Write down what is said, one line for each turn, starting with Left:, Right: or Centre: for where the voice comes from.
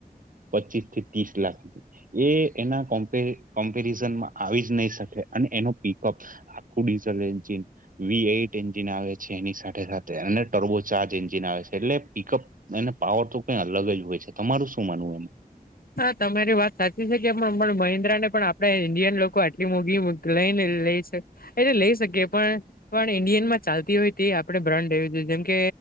Right: પચીસ થી ત્રીસ લાખ સુ એ એના કો્ કોમ્પેરિઝનમાં આવી જ નહી શકે અને એનો પિકઅપ આખુંડીસન્ચીન વી એઈટ એન્જિન આવે છે એની સાથે સાથે અને ટર્ગો ચાર્જ એન્જિન આવે છે. એટલે પિકઅપ એને પાવર તો કઈ અલગ જ હોય છે. તમારું શું માનવું એમાં
Left: હા તમારી વાત સાચી છે કે પણ મહિન્દ્રા ને પણ આપડે ઈન્ડિયન લોકો આટલી મોઘી લઈને લઈ શ એટલે લઈ શકીએ પણ. પણ ઇન્ડિયન માં ચાલતી હોય તે આપણે બ્રાન્ડે જો જેમકે